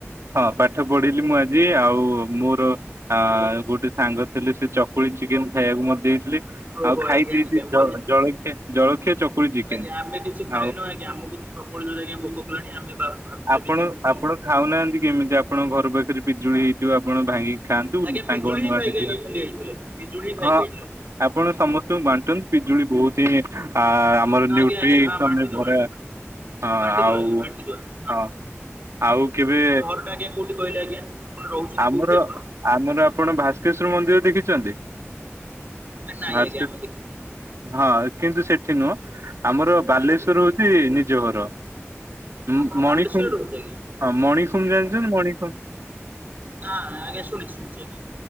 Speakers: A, on the right; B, on the right.
A: ହଁ ପାଠ ପଢିଲି ମୁଁ ଆଜି ଆଉ ମୋର ଆ ଗୋଟେ ସାଙ୍ଗ ଥିଲ ସେ ଚକୁଳି ଚିକେନ ଖାଇବାକୁ ମତେ ଦେଇଥିଲେ।
B: ଓହୋ
A: ଆଉ ଖାଇ
B: ଆଜ୍ଞା
A: ଦି
B: ଆଜ୍ଞା
A: ଦି
B: ମୋର
A: ଜଳଖିଆ ଜଳଖିଆ ଚକୁଳି ଚିକେନ
B: ଆଜ୍ଞା ଆମେ କିଛି ଖାଇନୁ
A: ଆଉ
B: ଆଜ୍ଞା ଆମକୁ ତ ପ୍ରବଳ ଜୋରେ ଆଜ୍ଞା ଭୋକ କଲାଣି ଆମେ ଭା ଭାବିଛୁ
A: ଆପଣ
B: ଏବେ ଯିବୁ ବୋଲି।
A: ଆପଣ ଖାଉନାହାନ୍ତି କେମିତି ଆଉ ଆପଣ ଘର ପାଖରେ ପିଜୁଳି ହେଇଥିବ ଆପଣ ଭାଙ୍ଗି ଖାଆନ୍ତୁ,
B: ଆଜ୍ଞା
A: ସାଙ୍ଗମାନେ
B: ପିଜୁଳି ହିଁ ଖାଇକି
A: ଆଡେ
B: ଆଜ୍ଞା
A: ଯଆ
B: ଖାଲି ଆଇଥିଲୁ ଆଜ୍ଞା ପିଜୁଳି ହିଁ ଖାଇକି
A: ହଁ।
B: ଆଇଥିଲୁ ଆଜ୍ଞା।
A: ଆପଣ ସମସ୍ତଙ୍କୁ ବାଣ୍ଟନ୍ତି ପିଜୁଳି ବହୁତ ହିଁ ଆ ଆମର ନ୍ୟୁଉଟି
B: ଆଜ୍ଞା ଆଜ୍ଞା ହଁ
A: ତମେ
B: ବାଣ୍ଟି ଦବୁ
A: ଭରା
B: ଆଜ୍ଞା
A: ହଁ
B: ବାଣ୍ଟି
A: ଆଉ
B: ଦବୁ ଆଜ୍ଞା ବାଣ୍ଟି ଦବୁ ଆମେ
A: ହଁ। ଆଉ କେବେ?
B: <unintelligible> ଆଜ୍ଞା କୋଉଠି କହିଲ ଆଜ୍ଞା? ଆପଣ ରହୁଛନ୍ତି
A: ଆମର
B: କୋଉଠି ଆପଣ?
A: ଆମର ଆପଣ ଭାସ୍କେଶ୍ଵର ମନ୍ଦିର ଦେଖିଚନ୍ତି?
B: ନାଇଁ
A: ଭାସ୍କେ
B: ଆଜ୍ଞା ଆମେ ଦେଖିନୁ ଆଜ୍ଞା।
A: ହଁ। କିନ୍ତୁ ସେଠି ନୁହଁ ଆମର ବାଲେଶ୍ଵର
B: ଆଜ୍ଞା।
A: ହଉଚି ନିଜ ଘର। ଉଁ
B: ଆପଣ
A: ମଣିଖୁମ
B: ବାଲେଶ୍ୱରରେ ରୁହନ୍ତି ଆଜ୍ଞା
A: ହଁ ମଣିଖୁମ ଜାଣିଚନ୍ତି ମଣିଖୁମ?
B: ନାଁ ଆଜ୍ଞା ଶୁଣିଚି ଶୁଣିଚି ଆଜ୍ଞା।